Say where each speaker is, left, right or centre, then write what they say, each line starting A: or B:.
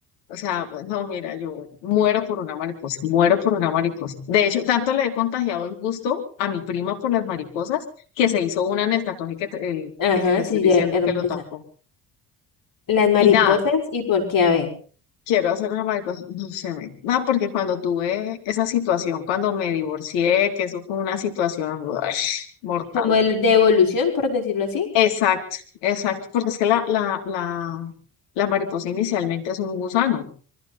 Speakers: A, on the left; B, on the left.
A: o sea, no, mira, yo muero por una mariposa, muero por una mariposa. De hecho, tanto le he contagiado el gusto a mi prima por las mariposas que se hizo una en el tatuaje que te- el,
B: Ajá,
A: el que te estoy
B: sí,
A: diciendo
B: ya, hermosa.
A: que lo tapó.
B: Las mariposas
A: Y nada,
B: y por qué, a ver,
A: Quiero hacer una mariposa, no sé, me- no, porque cuando tuve esa situación, cuando me divorcié, que eso fue una situación uah, mortal.
B: como el de evolución, por decirlo así.
A: Exacto, exacto, porque es que la, la, la, la mariposa inicialmente es un gusano